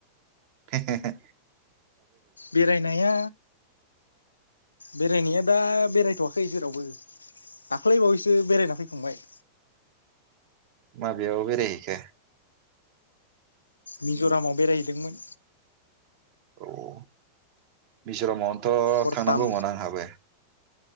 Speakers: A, on the right; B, on the left.
A: हे हे हे
B: बेरायनाया बेरायनाया दा बेरायथ'वाखै जेरावबो दाख्लैबावैसो बेरायना फैखांबाय।
A: माबेयाव बेराय हैखो?
B: मिज'रामाव बेरायहैदोंमोन।
A: औ मिजरामाव थ'
B: हरथाम
A: थांनांगौमोन आंहाबो।